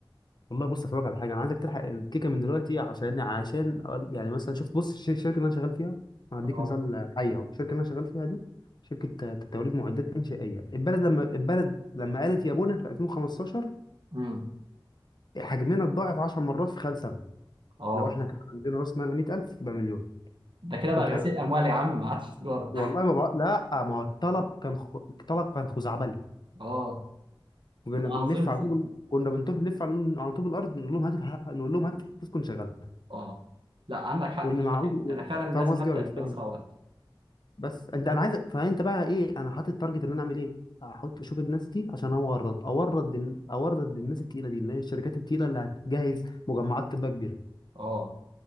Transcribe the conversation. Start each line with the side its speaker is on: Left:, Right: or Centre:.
Left: والله بص افهمك على حاجه انا عايزك تلحق الكيكه من دلوقتي عشان عشان أقول- يعني مثلا شفت بص الش- الشركه اللي انا شغال فيها هديك
Right: اه
Left: مثال حي اهو الشركه اللي انا شغال فيها دي شركه آه، توريد معدات انشائيه البلد لما البلد لما قالت يا بونا في 2015
Right: امم
Left: حجمنا اتضاعف 10 مرات في خلال سنه
Right: اه
Left: لو احنا كان عندنا راس مال 100000 يبقى مليون
Right: ده كده بقى
Left: فهمت حاجه
Right: غسيل اموال يا عم ما عادش تجاره
Left: والله ما بقى لا ما هو الطلب كان خ... الطلب كان خزعبلي
Right: اه
Left: وكنا
Right: لا،
Left: بنلف
Right: عظيم
Left: على طول كنا بنلف نلف على على طوب الارض نقول لهم هاتف نقول لهم هاتف فلوسكم شغاله
Right: اه لا عندك حق
Left: واللي معهوش
Right: انا فعلا لازم
Left: فاهم قصدي
Right: ابدا
Left: ولا مش فاهم
Right: باسرع وقت
Left: بس انت انا عايز فانت بقى ايه انا حاطط التارجت ان انا اعمل ايه احط اشوف الناس دي عشان اورد اورد لل- اورد للناس التقيله دي اللي هي الشركات التقيله اللي هتجهز مجمعات تبقى كبيره
Right: اه